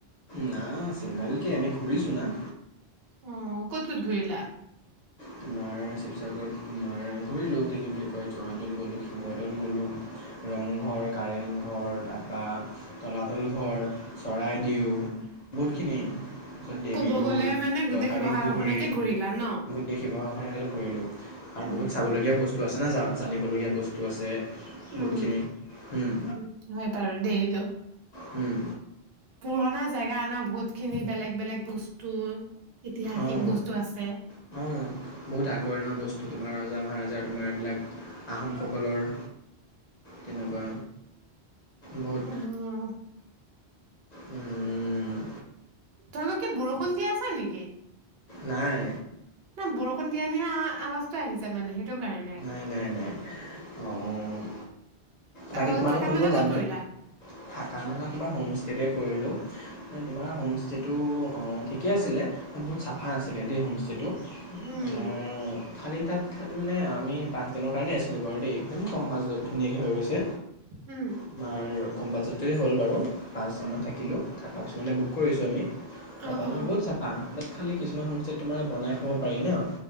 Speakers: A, on the left (about 45°); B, on the right (about 70°).
A: না চিংগালকে আমি ঘুৰিছো না
B: অ ক'ত ক'ত ঘূৰিলা
A: তোমাৰ শিৱসাগৰত তোমাৰ ঘুৰিলোতে কি বুলি কয় জয়দৌল গ'লোঁ শিৱদ'ল গ'লোঁ ৰংঘৰ কাৰেংঘৰ তাৰপৰা তলাতল ঘৰ চৰাইদেউ
B: উম
A: বহুতখিনি তাৰপিছত দেৱীদৌল
B: ক'ব গ'লে মানে
A: জয়সাগৰ
B: গোটেই শিৱসাগৰখনকে
A: উহৰি
B: ঘূৰিলা ন?
A: গোটেই শিৱসাগৰখনত ঘুৰিলোঁ আৰু
B: উম,
A: বহুত চাবলগীয়া বস্তু আছে না যাওঁ জানিবলগীয়া বস্তু আছে বহুতখিনি
B: উম
A: উম,
B: উ হয় পাৰো দেইে এইটো
A: হম
B: পুৰণা জেগা অনা বহুতখিনি বেলেগ বেলেগ বস্তু ইতিহাসিক
A: অ'
B: বস্তু আছে।
A: অ' বহুত আগৰ ন' বস্তু তোমাৰ ৰজা মহাৰজাৰ তোমাৰ এইবিলাক আহোমসকলৰ তেনেকুৱা বহুত
B: উম
A: উম
B: তোমোকে বৰষুণ দি আছা নেকি
A: নাই
B: ন' বৰষুণ দিয়া নেহে আআ আৱাজটো আহিছে মানে সেইটো কাৰণে।
A: নাই নাই নাই অ' বাকী
B: অ',
A: তোমালোক
B: থাকা
A: কোন
B: মেলা
A: কোন যাম
B: ক'ত কৰিলা?
A: হে থাকা-মেলা তোমাৰ হোম ষ্টেতে কৰিলোঁ তোমাৰ হোমষ্টেটো অহ' ঠিকেই আছিলে বহুত চাফা আছিলে দেই হোমষ্টেটো
B: উম,
A: তোমাৰ খালি তাত খালি মানে অহ' আমি পাঁচদিনৰ কাৰণেই আছিলোঁ বাৰু দেই একদম কম বাজেটত ধুনীয়াকে হৈ গৈছে
B: উম,
A: তোমাৰ কম বাজেটেৰে হ'ল বাৰু পাঁচদিনমান থাকিলো থাকা কিছুমানে বুক কৰিছোঁ আমি
B: অ',
A: তাৰপৰা তোমাৰ
B: অ',
A: বহুত চাফা তাত খালী কিছুমান <unintelligible> তাতে তোমাৰ বনাই খাব পাৰি ন'